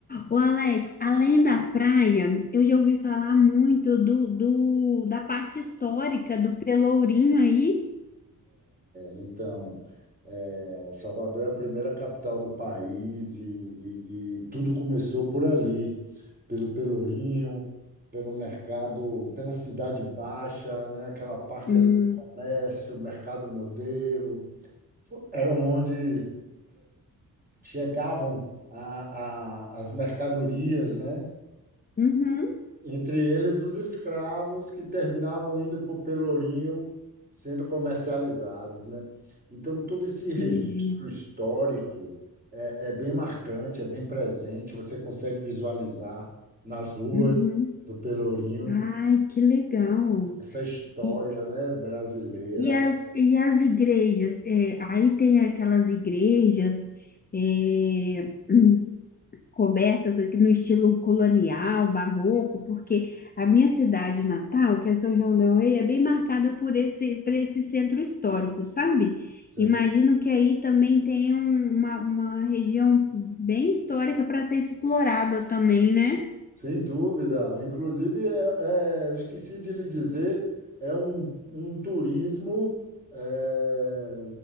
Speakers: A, on the left; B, on the right.
A: Ô Alex, além da praia, eu já ouvi falar muito do, do, da parte histórica do Pelourinho aí.
B: Então, é, Salvador é a primeira capital do país e, e- e tudo começou por ali, pelo Pelourinho, pelo mercado, pela Cidade Baixa, né? Aquela parte
A: Hum,
B: ali do comércio, mercado modelo, fo- eram onde chegavam a- a- as mercadorias, né?
A: uhum,
B: Entre eles, os escravos que terminavam indo para o Pelourinho sendo comercializados, né? Então, todo esse
A: entendi.
B: registro histórico é, é bem marcante, é bem presente, você consegue visualizar nas ruas
A: Uhum.
B: do Pelourinho
A: Ai, que legal.
B: essa história,
A: E,
B: né, brasileira.
A: e, as, e as igrejas? é, aí tem aquelas igrejas é, <clears throat> cobertas aqui no estilo colonial, barroco, porque a minha cidade natal, que é São João del Rei, é bem marcada por esse, por esse centro histórico, sabe?
B: Sim,
A: Imagino que aí também tem um, uma, uma região bem histórica para ser explorada também, né?
B: Sem dúvida. Inclusive, é- é, eu esqueci de lhe dizer, é um, um turismo é,